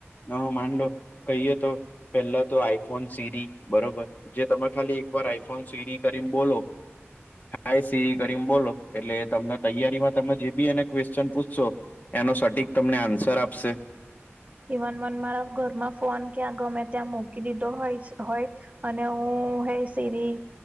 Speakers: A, on the left; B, on the right.
A: અ માંડો કહીએ તો. પેલા તો આઈફોન સીરી બરોબર. જે તમે ખાલી એક વાર આઈફોન સીરી કરીને બોલો આઇ સી. કરીને બોલો એટલે તમને તૈયારીમાં તમે જે બી અને ક્વેશ્ચન પૂછશો એનો સટીક તમને આન્સર આપશે.
B: ઇવન મન મારા ઘરમાં ફોન કયાં ગમે ત્યાં મૂકી દીધો હોય હોય. અને હું hey Siri.